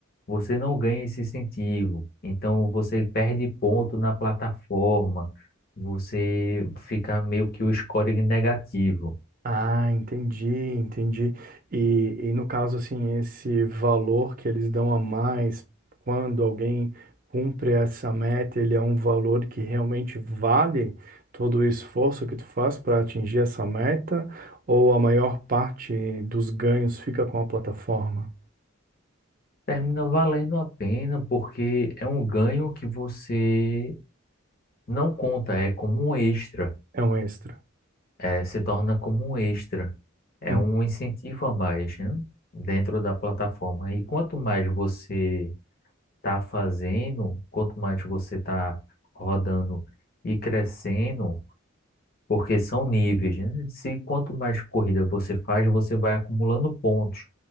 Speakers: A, on the left (about 45°); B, on the right (about 40°).
A: você não ganha esse incentivo. Então você perde ponto na plataforma, você fica meio que o scoring negativo.
B: Ah, entendi, entendi. E, e no caso, assim, esse valor que eles dão a mais quando alguém cumpre essa meta, ele é um valor que realmente vale todo o esforço que tu faz para atingir essa meta, ou a maior parte dos ganhos fica com a plataforma?
A: termina valendo a pena porque é um ganho que você não conta, é como um extra,
B: É um extra.
A: é, se torna como um extra, é
B: Uhum.
A: um incentivo a mais, né, dentro da plataforma. E quanto mais você está fazendo, quanto mais você está rodando e crescendo, porque são níveis, né? Se quanto mais corrida você faz, você vai acumulando pontos.